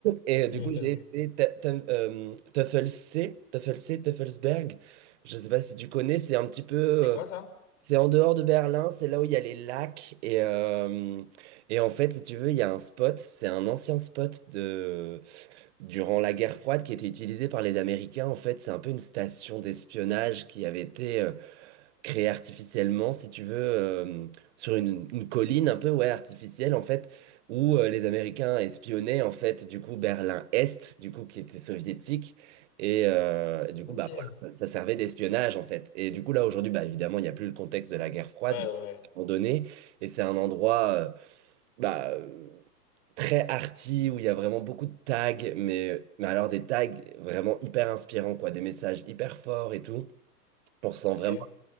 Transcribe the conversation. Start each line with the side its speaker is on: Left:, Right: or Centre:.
Right: Et
Left: Tu
Right: euh, du
Left: m'étonnes.
Right: coup, j'ai fait Tu- Tu- euh, TuffLC, TuffLC, Tuffelsberg. Je ne sais pas si tu connais, c'est un petit peu. euh,
Left: C'est quoi ça?
Right: c'est en dehors de Berlin, c'est là où il y a les lacs. Et, euh, et en fait, si tu veux, il y a un spot, c'est un ancien spot de, durant la guerre froide qui était utilisé par les Américains. En fait, c'est un peu une station d'espionnage qui avait été. euh, créé artificiellement, si tu veux, euh, sur une, une colline un peu ouais, artificielle, en fait, où euh, les Américains espionnaient, en fait, du coup, Berlin-Est, du coup, qui était soviétique. Et euh, du
Left: Ok.
Right: coup, bah,
Left: Ouais,
Right: voilà, ça servait d'espionnage, en fait. Et du coup, là, aujourd'hui, bah, évidemment, il n'y a plus le contexte de la guerre froide,
Left: ouais,
Right: donc
Left: ouais.
Right: c'est abandonné. Et c'est un endroit euh, bah, euh, très arty, où il y a vraiment beaucoup de tags, mais, mais alors des tags vraiment hyper inspirants, quoi, des messages hyper forts et tout. On ressent
Left: Ok.
Right: vraiment